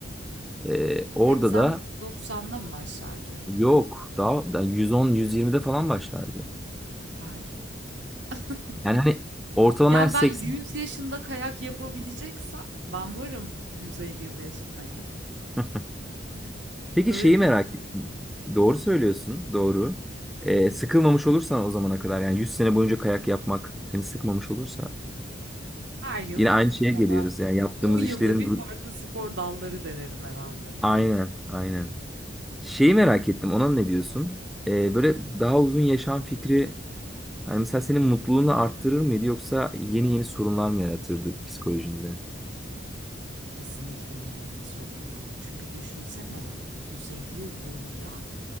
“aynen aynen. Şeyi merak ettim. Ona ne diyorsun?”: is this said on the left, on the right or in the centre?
Centre